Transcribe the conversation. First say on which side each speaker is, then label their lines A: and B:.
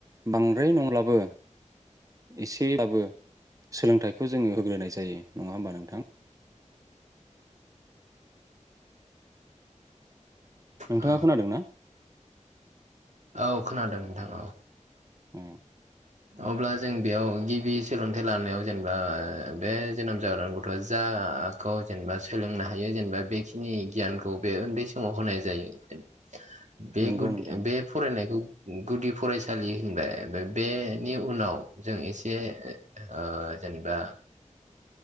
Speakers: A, on the right; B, on the right.
A: बां द्राय नंब्लाबो एसेब्लाबो सोलोंथाइ खौ जोङो होग्रोनाय जायो नङा होमबा नोंथां? नोंथाङा
B: औ
A: खोनादों ना
B: औ खोनादों नोंथां औ
A: उम
B: अब्ला जों बेयाव गिबि सोलोंथाइ लानायाव जेनेबा बे जोनोम जाग्रा गथ'आ जाखौ जेनेबा सोलोंनो हायो जेनेबा बेखिनि गियानखौ बे उन्दै समाव होनाय जायो। बे
A: नंगौ
B: गुदिया
A: नोंथां
B: बे फरायनायखौ गुदि फरायसालि होनबाय बे नि उनाव जों एसे ओ जेनेबा